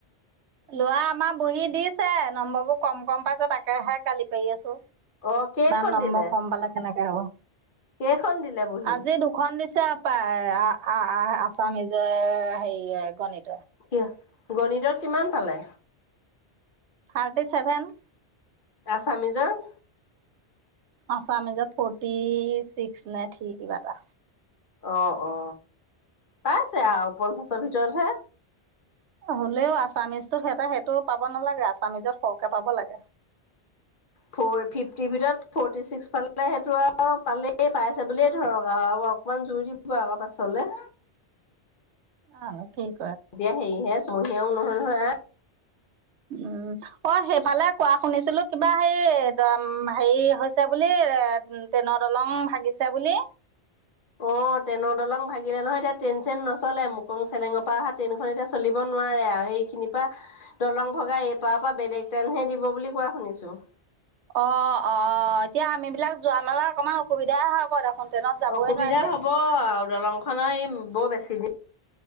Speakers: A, on the right; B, on the left.
A: লৰা আমাৰ বহি দিছে নম্বৰ বোৰ কম কম পাইছে তাকেহে গালি পাৰি আছো।
B: অ কেইখন
A: ইমান নম্বৰ
B: দিলে
A: কম পালে কেনেকে হ'ব।
B: কেইখন দিলে বহি
A: আজি দুখন দিছে পায় আছামিজৰ হেৰিয় গণিত
B: এতিয়া, গণিতত কিমান পালে?
A: Thirty seven.
B: আছামিজত?
A: আচামিজত ফৰ্টি ছিক্স নে থ্ৰি কিবা এটা।
B: অ অ। পাইছে আও পঞ্চাছৰ ভিতৰতহে।
A: হ'লেও আছামিজটো সেইটে সেইটো পাব নালাগে, আছামিজত সৰকে পাব লাগে।
B: হয় <unintelligible> ফিফটিৰ ভিতৰত ফৰ্টি ছিক্স পালে সেইটো আৰু পালেই পাইছে বুলিয়ে ধৰক আৰু অকমান জোৰ দিব আকৌ পাছলে
A: <unintelligible>
B: এতিয়া হেৰিহে ছমসীয়াও নহয় নহয় আহ
A: উম অ সেইফালে কোৱা শুনিছিলো কিবা হে হেৰি হৈছে বুলি এ ট্ৰেইনৰ দলং ভাগিছে বুলি
B: <inaudible> অ ট্ৰেইনৰ দলং ভাগিলে নহয় এতিয়া ট্ৰেইন চেইন নলে মুকং চেলেঙৰ পৰা আহা ট্ৰেইনখন এতিয়া চলিব ন নোৱাৰে আৰু সেইখিনিৰ পৰা দলং ভগা এইপাৰ পৰা বেলেক ট্ৰেইনহে দিব বুলি কোৱা শুনিছো
A: অ অ এতিয়া আমিবিলাক যোৱা মেলাত অকমান অসুবিধাই হ'ব দেখোন। ট্ৰেইনত যাবই
B: অসুবিধা
A: নোৱাৰিম দেখোন।
B: হব আৰু দলংখনৰ ই বৰ বেছি দিন